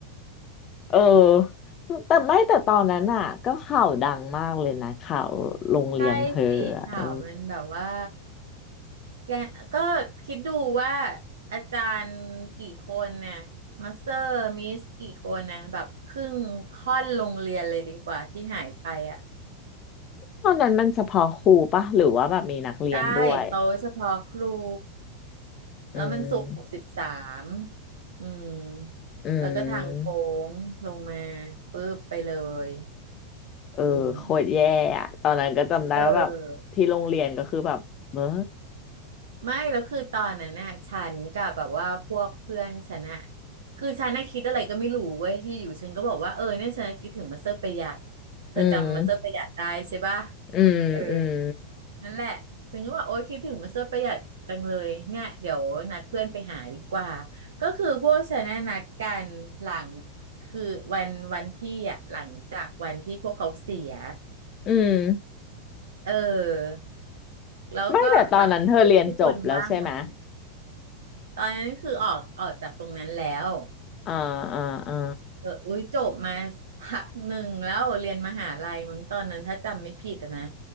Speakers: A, on the left; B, on the right.
A: เออแต่ไม่แต่ตอนนั้นอ่ะก็ข่าวดังมากเลยนะข่าวโรงเรียนเธออะเออ
B: ใช่สิข่าวมันแบบว่าแกก็คิดดูว่าอาจารย์กี่คนน่ะมาสเตอร์มิสกี่คนนะแบบครึ่งค่อนโรงเรียนเลยดีกว่าที่หายไปอ่ะ
A: ตอนนั้นมันเฉพาะครูปะหรือว่าแบบมีนักเรียนด้วย
B: ได้เขาเฉพาะครู
A: อืม
B: แล้วมันศุกร์สิบสามอืม
A: อืม
B: แล้วก็ทางโค้งลงมาปุ๊บไปเลย
A: เออโคตรแย่อะตอนนั้นก็จำได้ว่าแบบที่โรงเรียนก็คือแบบเบ้อ
B: อืมเออไม่แล้วคือตอนนั้นน่ะฉันกับแบบว่าพวกเพื่อนฉันน่ะคือฉันน่ะคิดอะไรก็ไม่รู้เว้ยที่อยู่ฉันก็บอกว่าเออเนี่ยฉันน่ะคิดถึงมาสเตอร์ประหยัดเธอจำมาสเตอร์ประหยัดได้ใช่ป่ะ
A: อืมอืมอืม
B: เออ นั่นแหละฉันก็บอกโอ๊ยคิดถึงมาเซอร์ประหยัดจังเลยเนี่ยเดี๋ยวนัดเพื่อนไปหาดีกว่า ก็คือพวกฉันน่ะนัดกันหลังคือวันวันที่อ่ะหลังจากวันที่พวกเขาเสีย
A: อืม
B: เออแล้วก็แบบ
A: ไม่แต่ตอนนั้นเธอเรียนจบแล้วใช่ไหม
B: ทุกคนว่างหลังเนี่ยตอนนั้นคือออกออกจากตรงนั้นแล้ว
A: อ่าอ่าอ่า
B: เอออุ้ยจบมาพักหนึ่งแล้วเรียนมหาลัยมั้งตอนนั้นถ้าจำไม่ผิดอะนะ